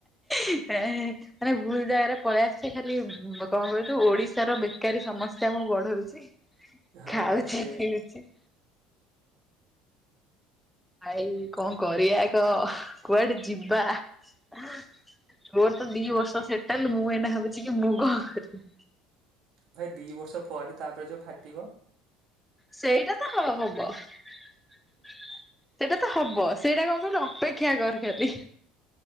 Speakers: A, in the centre; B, on the right (about 60°).
A: ଏ। ମାନେ ଭୁଲ ଜାଗାରେ ପଳେଇ ଆସିଚେ ଖାଲି ବ କଣ କହିଲୁ ଓଡିଶାର ବେକାରୀ ସମ ସ୍ୟା ମୁଁ ବଢଉଚି,
B: ହଁ
A: ଖାଉଚି
B: ସେଇଆ
A: ପିଉଚି। ଭାଇ କଣ କରିବା କହ, କୁଆଡେ ଯିବା? ମୋର ତ ଦି ବର୍ଷ ସେଟେଲ୍ ମୁଁ ଏଇନା ଭାବୁଚି କି ମୁଁ କଣ କରିବି।
B: ଭାଇ ଦି ବର୍ଷ ପରେ ତା ପରେ ଯୋଉ ଫାଟିବ।
A: ସେଇଟା ତ ହ-ହବ। ସେଟା ତ ହବ ସେଇଟା କଣ କହିଲୁ ଅପେକ୍ଷା କର ଖାଲି।